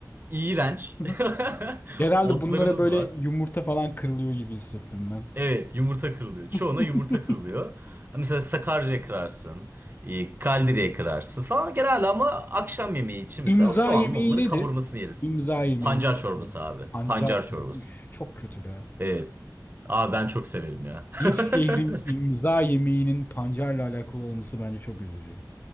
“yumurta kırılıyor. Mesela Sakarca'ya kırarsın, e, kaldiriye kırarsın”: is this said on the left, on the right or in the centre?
Right